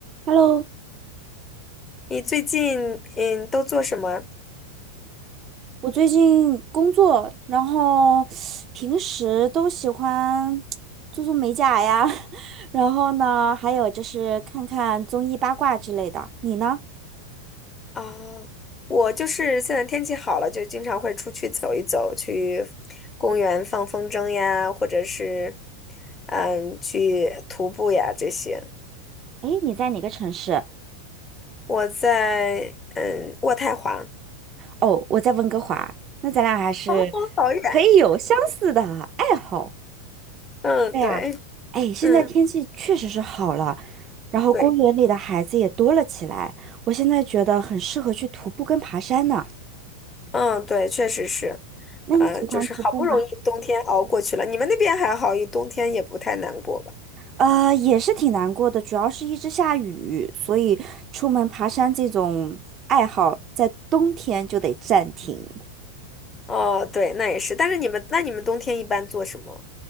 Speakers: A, on the right; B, on the left.
A: Hello，
B: 你最近嗯都做什么
A: 我最近工作，然后平时都喜欢做做美甲呀，<laughs> 然后呢，还有就是看看综艺八卦之类的。你呢？
B: 啊？我就是现在天气好了，就经常会出去走一走，去公园放风筝呀，或者是嗯去徒步呀这些。
A: 诶，你在哪个城市？
B: 我在嗯渥太华，
A: 哦，我在温哥华。那咱俩还是
B: 哦，好远，
A: <laughs> 可以有相似的爱好。
B: <laughs> 嗯对，
A: 对呀，哎，现在嗯天气确实是好了，
B: 嗯
A: 然后公园里的孩子也多了起来。
B: 对，
A: 我现在觉得很适合去徒步跟爬山呢。
B: 嗯对，确实是，
A: 那你喜欢徒步吗？
B: 嗯就是好不容易冬天熬过去了。你们那边还好，一冬天也不太难过吧？
A: 呃，也是挺难过的，主要是一直下雨，所以出门爬山这种爱好在冬天就得暂停。
B: 哦，对，那也是。但是你们，那你们冬天一般做什么？